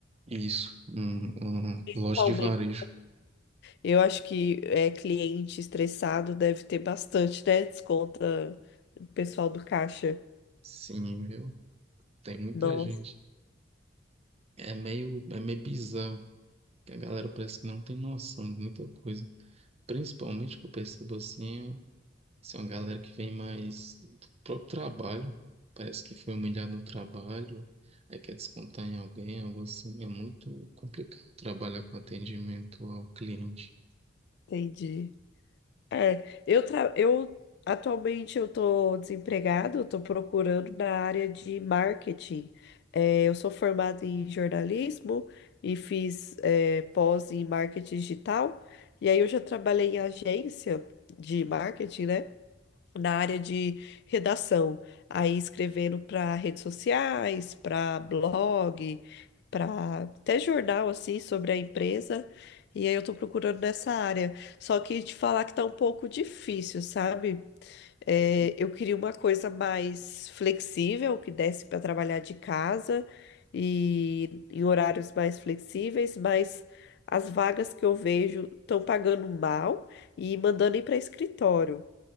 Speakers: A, on the right; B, on the left.
A: Isso, um, um,
B: Principalmente.
A: loja de varejo.
B: Eu acho que é, cliente estressado deve ter bastante, né? Desconta o pessoal do caixa.
A: Sim, viu? Tem muita
B: Nossa,
A: gente. É meio, é meio bizarro, que a galera parece que não tem noção de muita coisa. Principalmente que eu percebo assim, é São uma galera que vem mais do próprio trabalho. Parece que foi humilhado no trabalho, aí quer descontar em alguém, algo assim. É muito complicado trabalhar com atendimento ao cliente.
B: entendi. É, eu, tra... eu atualmente eu tô desempregado, eu tô procurando na área de marketing. É, eu sou formada em jornalismo e fiz é, pós em marketing digital. E aí eu já trabalhei em agência de marketing, né? na área de redação, aí escrevendo para redes sociais, para blog, para até jornal assim sobre a empresa. E aí eu tô procurando nessa área. Só que te falar que tá um pouco difícil, sabe? É, eu queria uma coisa mais flexível, que desse para trabalhar de casa e em horários mais flexíveis, mas as vagas que eu vejo estão pagando mal e mandando ir para escritório.